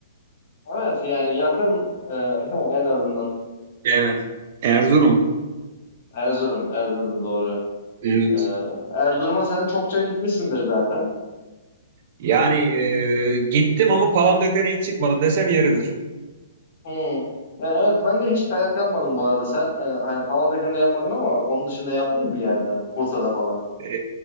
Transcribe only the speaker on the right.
Evet. Erzurum.
Evet.
Yani e, gittim ama Palandöken'e hiç çıkmadım desem yeridir.
E,